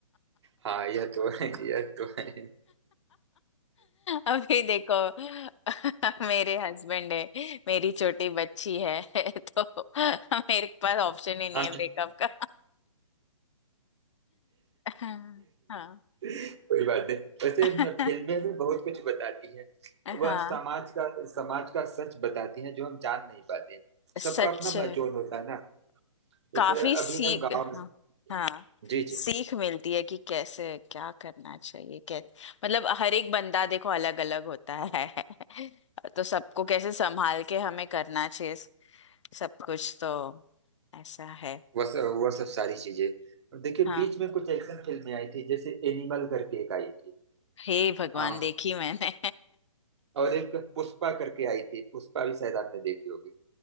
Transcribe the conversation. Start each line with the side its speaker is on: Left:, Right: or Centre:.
Right: हाँ यह तो है यह तो है
Left: अभी देखो <laughs> मेरे हस्बैंड है मेरी छोटी बच्ची है <laughs> तो मेरे पास ऑप्शन ही नहीं
Right: हाँ
Left: है ब्रेकअप का <laughs> हाँ हाँ
Right: कोई बात नहीं वैसे
Left: <laughs>
Right: म- फिल्में भी बहुत कुछ बताती हैं
Left: हाँ
Right: वह समाज का समाज का सच बताती हैं जो हम जान नहीं पाते
Left: सच
Right: सबका अपना अपना जोन होता है ना जैसे
Left: काफी सीख
Right: अभी हम गांव में
Left: हाँ हाँ
Right: जी
Left: सीख मिलती है कि कैसे क्या करना चाहिए कैसे मतलब हर एक बंदा देखो अलग अलग होता है <laughs>
Right: जी
Left: तो सबको कैसे संभाल के हमें करना चाहिए सब कुछ तो ऐसा है
Right: वह सब वह सब सारी चीजें और देखिए
Left: हाँ
Right: बीच में कुछ एक्शन फिल्में आई थी जैसे एनिमल करके एक आई थी
Left: हे भगवान
Right: हाँ
Left: देखी मैंने
Right: और एक पुष्पा करके आई थी पुष्पा भी शायद आपने देखी होगी